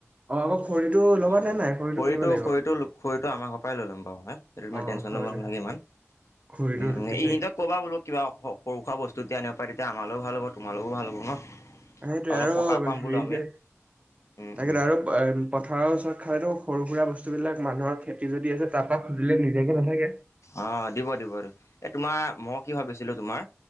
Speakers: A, on the right (about 30°); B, on the left (about 85°).
A: অ আকৌ খৰিটো ল'বা
B: অ
A: নে নাই
B: খৰিটো,
A: কিনিব লাগিব
B: খৰিটো, খৰিটো আমাৰ ঘৰৰ পৰাই লৈ ল'ম বাৰু আ সেইটো
A: অ
B: তে চন
A: খৰি
B: লব নালাগে ইমান।
A: খৰিটো
B: উম
A: পিছে
B: ইহঁতক ক'বা বোলো কিবা সৰু সুৰা বস্তু যদি আ পাৰে তেতিয়া আমালেও ভাল হ'ব। তোমালোকৰু ভাল হ'ব ন?
A: সেইটোৱে
B: অলপ
A: আৰু
B: সকাহ পাম
A: হেৰি
B: বোলো আমি
A: যে
B: উম
A: তাকে
B: উম
A: আৰু পথাৰৰ ওচৰত খালেটো সৰু সুৰা বস্তু বস্তুবিলাক মানুহৰ খেতি যদি আছে তাৰ পৰা সুজিলে নিদিয়াকে নাথাকে।
B: অ দিব দিব দিব। এ তোমাৰ মই কি ভাবিছিলো তোমাৰ,